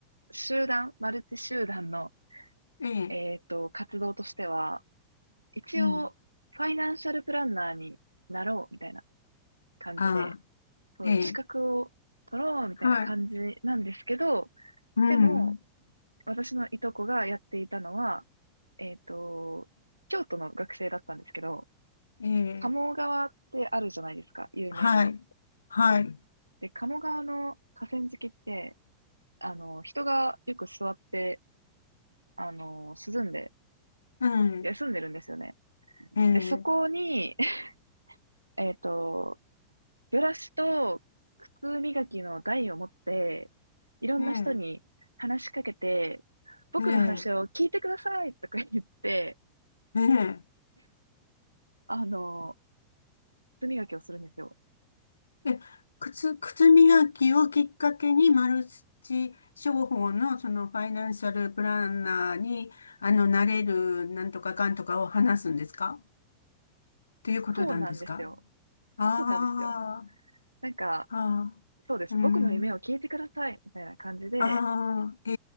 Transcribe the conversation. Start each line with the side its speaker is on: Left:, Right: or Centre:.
Right: 集団、マルチ集団の、
Left: ええ、
Right: えっと、活動としては、一応、
Left: うん、
Right: ファイナンシャルプランナーになろうみたいな感じで、
Left: ああ、
Right: そういう資格を取ろうみたいな感じなんですけど、
Left: ええ、はい、うん、
Right: でも、私のいとこがやっていたのは、えっと、京都の学生だったんですけど、
Left: ええ、
Right: 鴨川ってあるじゃないですか、有名な。
Left: はい、はい、
Right: で、鴨川の河川敷って、あの、人がよく座って、あの、涼んで、
Left: うん、
Right: 休んでるんですよね。
Left: ええ、
Right: で、そこに、<laughs> えっと、ブラシと靴磨きの台を持って、いろんな人に話しかけて、
Left: ええ、
Right: 僕の話を聞いてくださいとか言って、
Left: ええ、ええ、
Right: あの、靴磨きをするんですよ。
Left: え靴、靴磨きをきっかけにマルチ商法のそのファイナンシャルプランナーに、あの、なれるなんとかかんとかを話すんですかっていうことなんですか
Right: そうなんですよ。
Left: あ
Right: そうなんですよ。なんか、
Left: あ、あ
Right: そうです。
Left: あ、うん。
Right: 僕の夢を聞いてくださいみたいな感じで、
Left: ああ、え